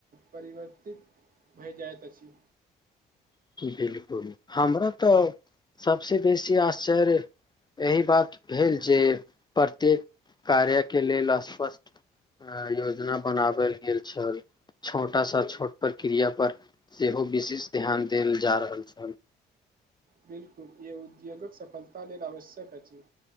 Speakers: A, on the right; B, on the left.
A: परिवर्तन भ जाइत अछि।
B: बिलकुल हमरा तऽ सबस बेसी आश्चर्य एहि बात भेल जे प्रत्येक कार्य के लेल स्पष्ट योजना बनावल गेल छल छोटा सा छोट प्रक्रिया पर सेहो विशेष ध्यान देल जा रहल छल।
A: बिलकुल ई उद्योगक सफलता लेल आवश्यक अछि